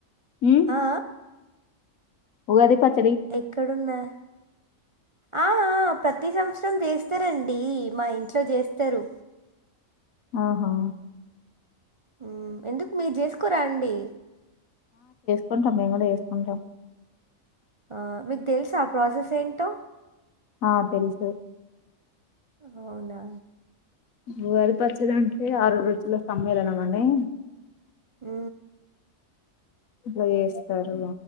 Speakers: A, on the left; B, on the right.
A: ఉమ్
B: ఆ
A: ఉగాది పచ్
B: ఎక్కడున్నా? ఆ ఆ ప్రతి సంవత్సరం చేస్తారండి మా ఇంట్లో చేస్తారు
A: ఆహా!
B: ఉ ఎందుకు మీరు జేసుకురా అండీ
A: కుంటం మేము గుడ ఏసుకుంటాం.
B: ఆ మీకు తెల్సా, ప్రాసెస్ ఏంటో
A: ఆ తెల్సు
B: అవునా
A: ఉగాది పచ్చడంటే ఆరు రుచుల సమ్మేళనం అని
B: ఉ
A: ఇట్ల జేస్తరూ